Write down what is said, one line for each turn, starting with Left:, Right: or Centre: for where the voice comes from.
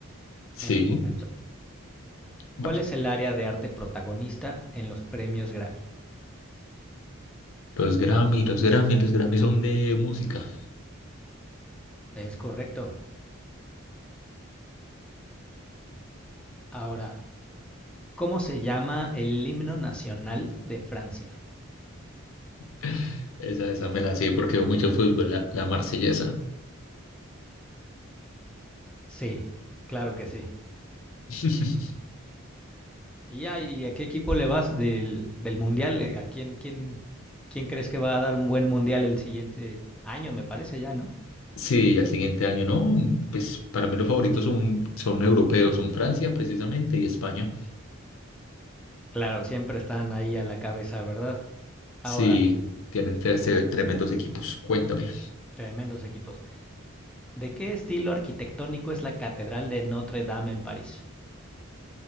Left: Sí.
Centre: en un momento.
Left: Vale.
Centre: ¿Cuál es el área de arte protagonista en los premios Grammy?
Left: Los Grammy, los Grammy, los Grammy son de música.
Centre: Es correcto. Ahora, ¿cómo se llama el himno nacional de Francia?
Left: <laughs> Esa, esa me la sé porque veo mucho fútbol, la, la marsellesa.
Centre: Sí, claro que sí.
Left: <laughs>
Centre: Y ya, ¿y a qué equipo le vas del, del mundial? Eh, ¿A quién, quién, quién crees que va a dar un buen mundial el siguiente año, me parece ya, ¿no?
Left: Sí, al siguiente año, no, pues para mí los favoritos son, son europeos, son Francia precisamente y España.
Centre: Claro, siempre están ahí a la cabeza, ¿verdad? Ahora,
Left: Sí, tienen tre- se- tremendos equipos, cuéntame.
Centre: tremendos equipos. ¿De qué estilo arquitectónico es la Catedral de Notre Dame en París?